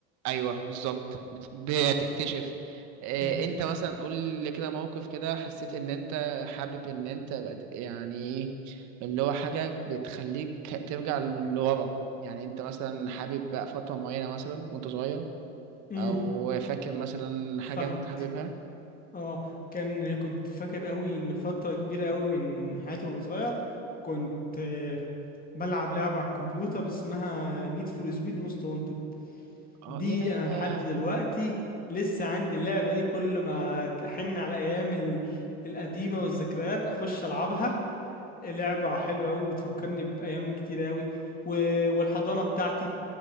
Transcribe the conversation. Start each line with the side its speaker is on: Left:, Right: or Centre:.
Right: ايوه بالظبط بت- بتكتشف آه،
Left: آه،
Right: انت مثلا قول لي كده موقف كده حسيت ان انت حابب ان انت بقت يعني ايه اللي هو حاجه بتخليك ترجع لورا يعني انت مثلا حابب بقى فتره معينه مثلا وانت صغير
Left: امم
Right: او فاكر مثلا حاجه
Left: فاهمك
Right: انت حاببها
Left: اه كان كنت فاكر قوي ان فترة كبيرة قوي من حياتي وانا صغير كنت آه، بلعب لعبة على الكمبيوتر اسمها نيد فور سبيد موست وانتد
Right: اه
Left: دي
Right: ياه
Left: انا لحد دلوقتي لسه عندي اللعبة دي كل ما احن على الايام ال- القديمة والذكريات اخش العبها لعبة حلوة أوي بتفكرني بأيام كتير أوي و... والحضانة بتاعتي